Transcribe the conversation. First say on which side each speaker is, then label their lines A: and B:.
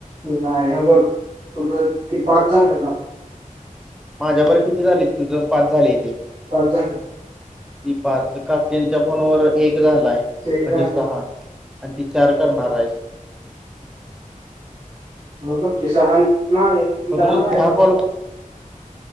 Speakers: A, on the right; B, in the centre.
A: नाही ह बघ तुझं ती पाच झा का?
B: माझ्याभर किती झाले तुझं पाच झाले तेे
A: पाचं झालतं.
B: ती पाच कापटनच्या फोनवर एक झालाय.
A: एक झालं
B: म्हणजे सहा. आणि ती चार करणार आहेस.
A: हो किसाहां नाही.
B: म तुझं
A: नाही
B: दहा
A: का?
B: कॉल